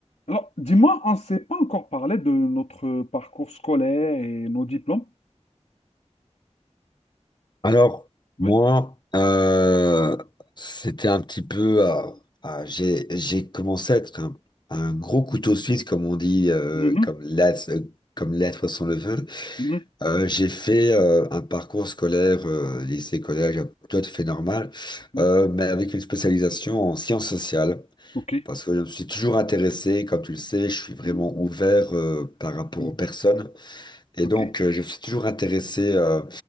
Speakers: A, on the left (about 70°); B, on the left (about 40°).
A: Alors, dis-moi, on ne s'est pas encore parlé de notre parcours scolaire et nos diplômes.
B: Alors,
A: Oui.
B: moi, euh, c'était un petit peu. euh, euh, j'ai, j'ai commencé à être un, un gros couteau suisse, comme on dit, euh,
A: Mhm,
B: comme l'être, euh, comme l'être sans le veut.
A: mhm,
B: Euh, j'ai fait euh, un parcours scolaire, euh, lycée, collège, tout à fait normal,
A: mhm.
B: euh, mais avec une spécialisation en sciences sociales.
A: OK.
B: Parce que je me suis toujours intéressé, comme tu le sais, je suis vraiment
A: Mhm,
B: ouvert euh, par rapport
A: mhm.
B: aux personnes. Et
A: OK.
B: donc, euh, je me suis toujours intéressé euh,